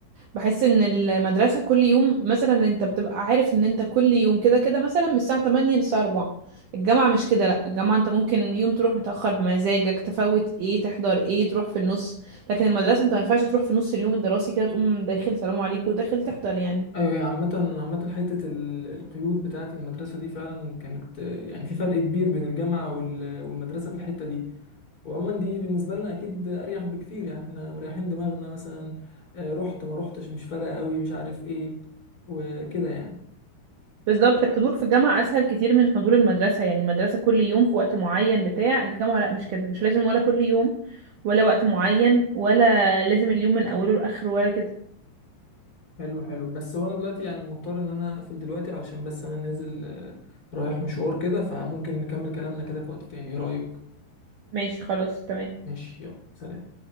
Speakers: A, on the right; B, on the left.
A: بحس ان المدرسة كل يوم مثلا انت بتبقى عارف ان انت كل يوم كده كده مثلا من الساعة 8 للساعة 4 الجامعة مش كده لا الجامعة انت ممكن يوم تروح متأخر بمزاجك تفوت ايه تحضر ايه تروح في النص لكن المدرسة انت ما ينفعش تروح في نص اليوم الدراسي كده تقوم داخل سلام عليكم وداخل تحضر يعني
B: ايوه هي عامة عامة حتة ال- القيود بتاعة المدرسة دي فعلا كانت آه، يعني في فرق كبير بين الجامعة وال- والمدرسة في الحتة دي وعموما دي بالنسبة لنا اكيد اريح بكتير يعني احنا مريحين دماغنا مثلا آه، رحت ما رحتش مش فارقة قوي مش عارف ايه وكده يعني
A: بالظبط الحضور في الجامعة أسهل كتير من حضور المدرسة يعني المدرسة كل يوم في وقت معين بتاع الجامعة لا مش كده مش لازم ولا كل يوم ولا وقت معين ولا لازم اليوم من أوله لآخره ولا كده
B: حلو حلو بس هو انا دلوقتي يعني مضطر ان انا اقفل دلوقتي علشان بس انا نازل آه، رايح مشوار كده فممكن نكمل كلامنا كده في وقت تاني ايه رأيك
A: ماشي خلاص تمام
B: ماشي يلا سلام